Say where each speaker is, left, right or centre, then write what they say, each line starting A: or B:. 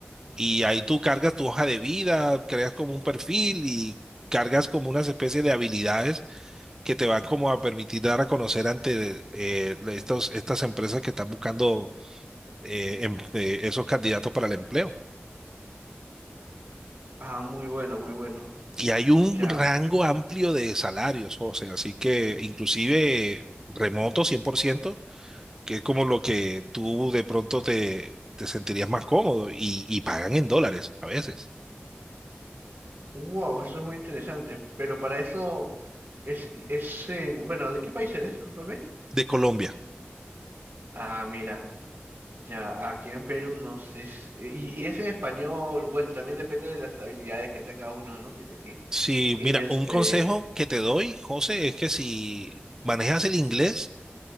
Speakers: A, on the right; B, on the right.
A: Y ahí tú cargas tu hoja de vida, creas como un perfil y cargas como unas especies de habilidades que te van como a permitir dar a conocer ante eh, estos, estas empresas que están buscando eh, em- eh, esos candidatos para el empleo.
B: Ah, muy bueno, muy bueno.
A: Y hay un
B: Ya.
A: rango amplio de salarios, José, así que inclusive remoto cien por ciento que es como lo que tú de pronto te, te sentirías más cómodo y, y pagan en dólares a veces,
B: Wow, eso es muy interesante. Pero para eso es, es en- bueno, ¿de qué país eres? Discúlpame.
A: de Colombia.
B: Ah, mira. Ya, aquí en Perú no sé. si- Y, y es en español. Bueno, también depende de las habilidades que tenga uno, ¿no? Tiene que
A: Sí,
B: ir
A: mira,
B: este.
A: un consejo que te doy, José, es que si manejas el inglés,